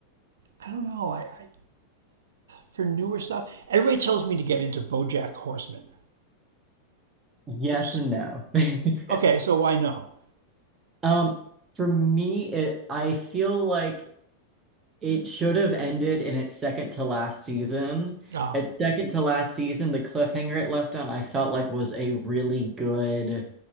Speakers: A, on the right (about 65°); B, on the right (about 20°).
A: I don't know. I, I For newer stuff, everybody tells me to get into Bojack Horseman,
B: Yes
A: which,
B: and no. <laughs>
A: okay, so why no?
B: Um, for me, it I feel like it should have ended in its second to last season.
A: Oh,
B: Its second to last season, the cliffhanger it left on, I felt like was a really good